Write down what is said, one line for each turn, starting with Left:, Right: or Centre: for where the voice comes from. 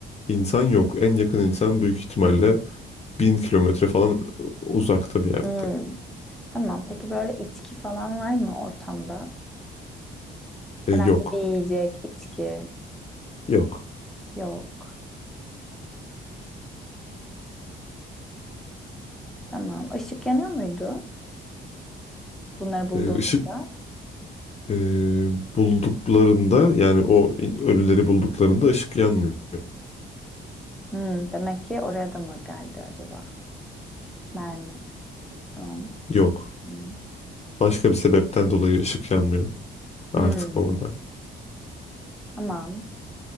Left: insan yok. En yakın insan büyük ihtimalle bin kilometre falan uzakta bir yerde.
Centre: Hmm. Tamam peki böyle içki falan var mı ortamda? Herhangi
Left: E, yok.
Centre: bir yiyecek, içki
Left: Yok.
Centre: yok. Tamam. Işık yanıyor muydu bunları bulduğumuzda?
Left: E, ışık e, bulduklarında yani o in- ölüleri bulduklarında ışık yanmıyor.
Centre: Hmm, demek ki oraya da mı geldi acaba? Mermi. Tamam.
Left: Yok.
Centre: Hmm.
Left: Başka bir sebepten dolayı ışık yanmıyor artık
Centre: Hmm,
Left: orada.
Centre: tamam.